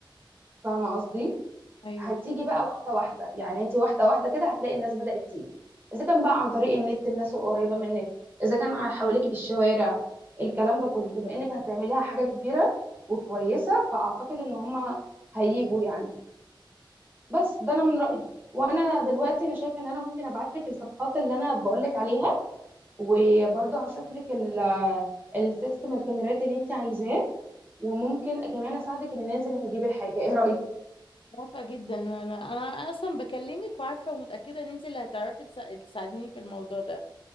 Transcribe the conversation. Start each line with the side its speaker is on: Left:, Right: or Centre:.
Right: فاهمه قصدي
Left: أيوه
Right: هتيجي
Left: صح
Right: بقى واحده واحده يعني انت واحده واحده كده هتلاقي الناس بدات تيجي اذا كان بقى عن طريق النت الناس القريبه منك اذا كان على حواليكي في الشوارع الكلام ده كله بما انك هتعمليها حاجه كبيره وكويسه فاعتقد ان هم هيجوا يعني بس ده انا من رايي وانا دلوقتي انا شايفه ان انا ممكن ابعت لك الصفحات اللي انا بقول لك عليها وبرضه هشوف لك ال- السيستم الكاميرات اللي انت عايزاه وممكن كمان اساعدك ان ننزل نجيب الحاجه ايه رايك
Left: موافقة جدا أنا أنا أنا أصلا بكلمك وعارفة ومتأكدة إن أنت اللي هتعرفي تسا- تساعديني في الموضوع ده